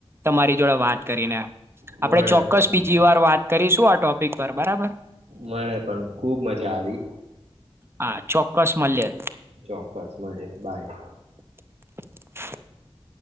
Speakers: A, on the right; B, on the right.
A: તમારી જોડે વાત કરી ને
B: મને
A: આપણે ચોક્કસ
B: પણ
A: બીજી વાર વાત કરીશું આ ટોપિક પર બરાબર
B: મને પણ ખૂબ મજા આવી
A: હા ચોક્કસ મળ્યે
B: ચોક્કસ મળ્યે બાય
A: <inaudible>